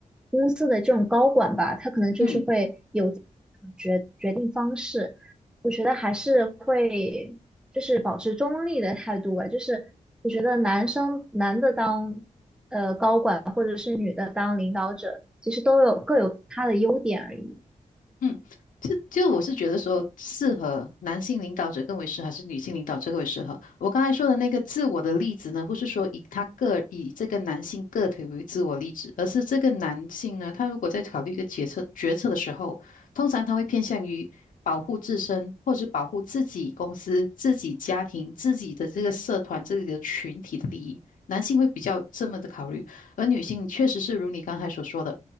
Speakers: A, in the centre; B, on the left.
A: 公司的这种高管吧，他可能就是会有这种决决定方式，
B: 嗯，
A: 我觉得还是会就是保持中立的态度吧，就是我觉得男生男的当呃高管或者是女的当领导者，其实都有各有他的优点而已。
B: 嗯，就就我是觉得说，适合男性领导者更为适合，还是女性领导者更为适合？我刚才说的那个自我的例子呢，不是说以他个以这个男性个体为自我例子，而是这个男性呢，他如果在考虑一个决策决策的时候，通常他会偏向于保护自身，或者保护自己公司、自己家庭、自己的这个社团、这个群体的利益。男性会比较这么的考虑，而女性确实是如你刚才所说的，